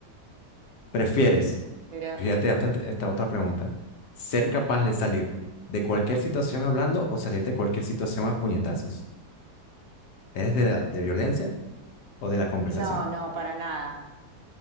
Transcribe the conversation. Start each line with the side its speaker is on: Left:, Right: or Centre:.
Left: ¿Prefieres?
Right: Pero
Left: Fíjate esta, esta otra pregunta. ¿Ser capaz de salir de cualquier situación hablando o salir de cualquier situación a puñetazos? ¿Eres de la, de violencia o de la conversación?
Right: no, no, para nada,